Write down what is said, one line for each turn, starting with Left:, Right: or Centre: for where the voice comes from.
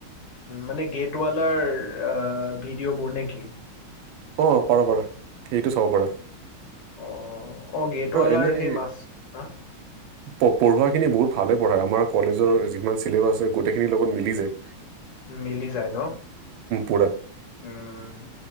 Left: মানে গেটৱালাৰ ভিডিঅ'বোৰ নে কি?
Right: অ', পাৰা পাৰ সেইটো চাব পাৰ।
Left: অ', অ', গেটৱালাৰ
Right: এনেই
Left: সেই মাছ হা
Right: পঢ়োৱাখিনি বহুত ভালে পঢ়ায় আমাৰ কলেজৰ যিমান চিলেবাছ আছে গোটেইখিনিৰ লগত মিলি যায়।
Left: মিলি যায় ন।
Right: পুৰা।
Left: উম,